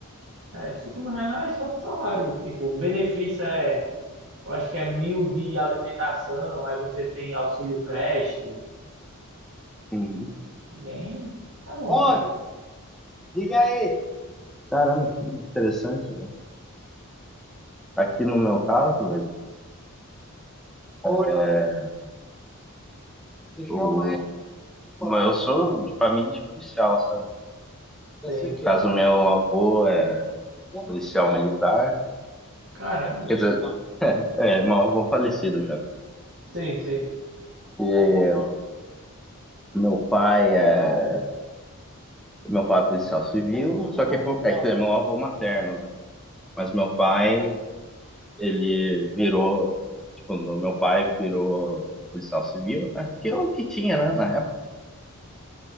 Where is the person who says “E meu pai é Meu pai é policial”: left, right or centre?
Centre